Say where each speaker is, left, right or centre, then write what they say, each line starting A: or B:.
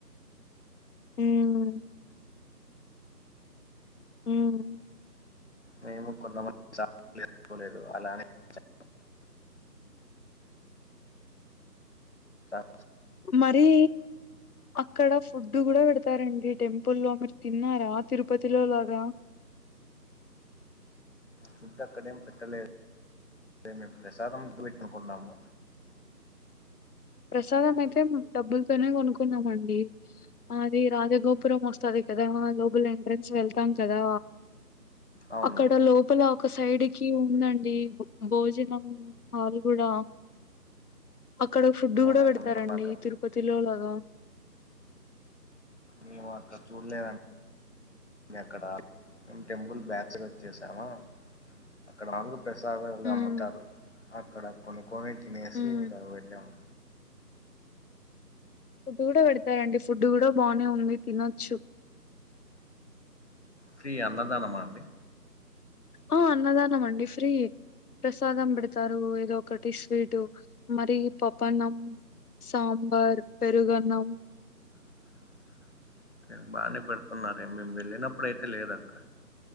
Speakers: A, on the left (about 65°); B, on the left (about 45°).
A: మ్ మ్
B: మేము కొందమంది షాప్ నేర్చుకోలేదు అలానే ఒచ్చాము స
A: మరీ అక్కడ ఫు డ్ గుడ బెడతారండి టెంపుల్లో మీరు తిన్నారా తిరుపతి లో లాగా
B: ఫుడ్ అక్కడేం పెట్టలేదు మే మేం ప్రసాదం పెట్నుకున్నాము
A: ప్రసాదం అయితే మెమ్ డబ్బుల్తోనే కొనుకున్నామండి ఆది రాజగోపురం ఒస్తాది కదా లోబల ఎంట్రెన్స్ వెళ్తాం కదా
B: అవును
A: అక్కడ లోపల ఒక సైడ్ కి ఉందండి బ్ భోజనం హాల్ గూడా అక్కడ ఫుడ్
B: అవునా
A: గుడ బెడతారండి
B: మేము అక్కడ
A: తిరుపతి లో లాగా
B: మేము అక్క చూడ్లేదండి అక్కడ టెంపుల్ బ్యాక్సైడ్ ఒచ్చేసాను అక్కడ <unintelligible> ప్రసాదాలు
A: హ్మ్.
B: అమ్ముతారు అక్కడ కొనుకొని తినేసి
A: హ్మ్.
B: ఇంకా వెళ్ళాము
A: ఫుడ్ కూడ పెడతారండి ఫుడ్ కూడ బానే ఉంది తినొచ్చు
B: ఫ్రీ అన్నదానమా అండి
A: ఆ అన్నదాన మండి ఫ్రీ ప్రసాదం బెడతారు ఏదో ఒకటి స్వీటు మరి పప్పన్నం సాంబార్ పెరుగన్నం
B: చిక్ బానే పెడుతున్నారే మేము వెళ్ళినప్పుడుయితే లేదు అక్కడ